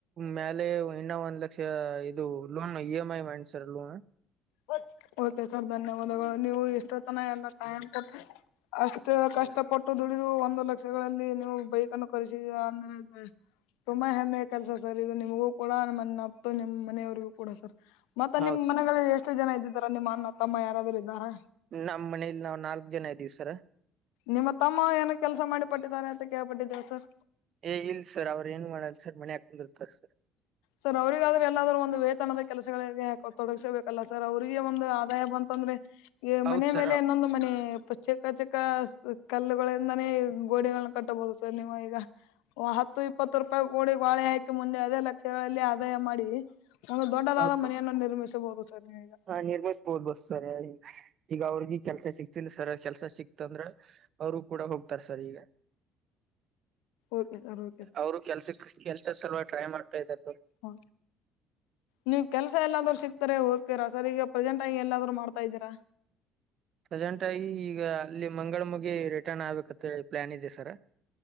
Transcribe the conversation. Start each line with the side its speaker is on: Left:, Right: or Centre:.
Right: ಮ್ಯಾಲೆ ಇನ್ನ ಒಂದ್ ಲಕ್ಷ ಇದು ಲೋನ್ ಇ ಎಂ ಐ ಮಾಡಿನ್ ಸರ್ ಲೋನ.
Left: ಹೊಚ್ ಓಕೆ ಸರ್ ಧನ್ಯವಾದಗಳು ನೀವು ಎಷ್ಟೋತ್ತನ ಎಲ್ಲ ಟೈಮ್ ಕೊಟ್ರಿ. ಅಷ್ಟ ಕಷ್ಟಪಟ್ಟು ದುಡಿದು ಒಂದು ಲಕ್ಷಗಳಲ್ಲಿ ನೀವು ಬೈಕ್ ಅನ್ನು ಕರೆಸಿದಿರಾ ಅಂದ್ರೆೆ. ತುಂಬಾ ಹೆಮ್ಮೆ ಕೆಲ್ಸ ಸರ್ ಇದು ನಿಮಗೂ ಕೂಡ ನಿಮ್ ಅಪ್ ನಿಮ್ ಮನೆಯವರಿಗೂ ಕೂಡ ಸರ್. ಮತ್ತೆ
Right: ಹೌದ್
Left: ನಿಮ್ ಮನೆಗಳಲ್ಲಿ ಎಷ್ಟು ಜನ ಇದ್ದಿದಾರ ನಿಮ್ಮ ಅನ್ನ ತಮ್ಮ ಯಾರಾದರೂ ಇದ್ದಾರಾ.
Right: ನಮ್ ಮನೇಲಿ ನಾವು ನಾಲ್ಕು ಜನ ಇದ್ದೀವಿ ಸರ.
Left: ನಿಮ್ಮ ತಮ್ಮ ಏನ ಕೆಲಸ ಮಾಡಿಪಟ್ಟಿದ್ದಾರೆ ಅಂತ ಕೇಳ್ಪಟ್ಟಿದ್ದೇವೆ ಸರ್.
Right: ಏ ಇಲ್ ಸರ್ ಅವ್ರು ಏನು ಮಾಡಲ್ಲ ಸರ್ ಮನ್ಯಾಗ ಕುಂದರ್ತಾರ ಸರ್.
Left: ಸರ್ ಅವ್ರಿಗಾದರು ಎಲ್ಲಾದ್ರು ಒಂದು ವೇತನದ ಕೆಲಸಗಳಲ್ಲಿ ತೊಡಗಿಸಬೇಕು. ಅಲ್ಲ ಸರ್ ಅವ್ರಿಗೆ ಒಂದು ಆದಾಯ ಬಂತಂದ್ರೆ ಈ
Right: ಹೌದ್
Left: ಮನೆ
Right: ಸರ್
Left: ಮೇಲೆ ಇನ್ನೊಂದು ಮನೆ ಪರ್ಚೇಸ್ ಚಿಕ್ಕ ಚಿಕ್ಕ ಕಲ್ಲುಗಳಿಂದಾನೇ ಗೋಡೆಗಳನ್ನ ಕಟ್ಟಬಹುದ್ ಸರ್ ನೀವು ಈಗ. ಓ ಹತ್ತು ಇಪ್ಪತ್ತು ರೂಪಾಯಿ ಕೂಡಿ ಬಾಳೆ ಹಾಕಿ ಮುಂದೆ ಅದೇ ಲ್ ಗಳಲ್ಲಿ ಆದಾಯ ಮಾಡಿ ಒಂದು ದೊಡ್ಡದಾದ
Right: ಹೌದ್ ಸರ್
Left: ಮನೆಯನ್ನು ನಿರ್ಮಿಸಬಹುದು ಸರ್ ನೀವೀಗ.
Right: ಹಾ ನಿರ್ಮಯಿಸಬೋದ ಬಸ್ ಸರ್ ಈಗ ಅವ್ರಿಗಿ ಕೆಲ್ಸ ಸಿಕ್ತಿಲ್ಲ ಸರ್ ಕೆಲ್ಸ ಸಿಕ್ತಂದ್ರ. ಅವರು ಕೂಡ ಹೋಗ್ತಾರೆ ಸರ್ ಈಗ.
Left: ಓಕೆ ಸರ್ ಓಕೆ
Right: ಅವರು ಕೆಲ್ಸಕ್ ಕೆಲ್ಸ ಸಲುವಾಗಿ ಟ್ರೈ ಮಾಡ್ತಾ ಇದ್ದಾರೆ ಸರ್.
Left: ಹಾ ನೀವ್ ಕೆಲಸ ಎಲ್ಲಾದ್ರೂ ಸಿಕ್ತಾರೆ ಓಕೆರ ಸರ್ ಈಗ ಪ್ರೆಸೆಂಟ್ ಎಲ್ಲಾದ್ರು ಮಾಡತಾ ಇದ್ದೀರಾ.
Right: ಪ್ರಜೆಂಟ್ ಆಗಿ ಈಗ ಅಲ್ಲಿ ಮಂಗಳ ಮುಗಿ ರಿಟರ್ನ್ ಆಗ್ಬೇಕಂತ ಹೇಳಿ ಪ್ಲ್ಯಾನ್ ಇದೆ ಸರ್.